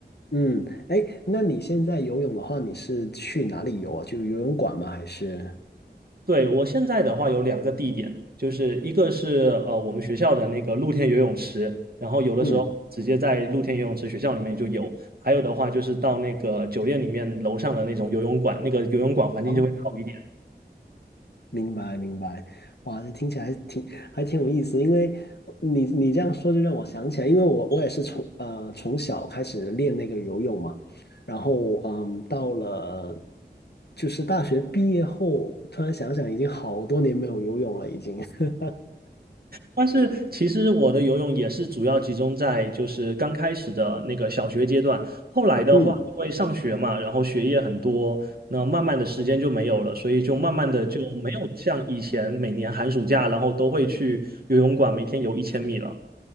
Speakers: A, on the left; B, on the right.
A: 嗯，哎，那你现在游泳的话，你是去哪里游啊？就游泳馆吗？还是？
B: 对，我现在的话有两个地点，就是一个是呃我们学校的那个露天游泳池，然后有的时候直接在露天游泳池学校里面就有，
A: 嗯，
B: 还有的话就是到那个酒店里面楼上的那种游泳馆，那个游泳馆环境就会好一点。
A: 哦，明白明白。哇，这听起来还挺还挺有意思，因为你你这样说就让我想起来，因为我我也是从呃从小开始练那个游泳嘛，然后嗯到了就是大学毕业后，突然想想已经好多年没有游泳了，已经。<laughs>
B: 但是其实我的游泳也是主要集中在就是刚开始的那个小学阶段，后来的话因为上学嘛，
A: 嗯
B: 然后学业很多，那慢慢的时间就没有了，所以就慢慢的就没有像以前每年寒暑假，然后都会去游泳馆每天游一千米了。